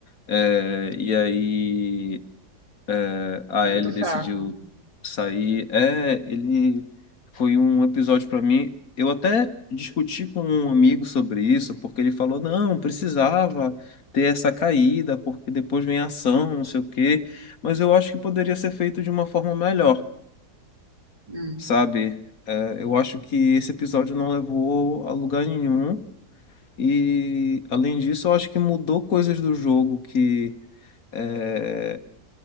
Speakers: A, on the left (about 65°); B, on the right (about 20°).
A: é, e aí eh, a
B: Muito
A: Ellie
B: fraco.
A: decidiu sair. É, ele foi um episódio para mim. Eu até discuti com um amigo sobre isso, porque ele falou, não, precisava ter essa caída, porque depois vem a ação, não sei o quê. Mas eu acho que poderia ser feito de uma forma melhor
B: Hum.
A: sabe? É, eu acho que esse episódio não levou a lugar nenhum. E, além disso, eu acho que mudou coisas do jogo que, é,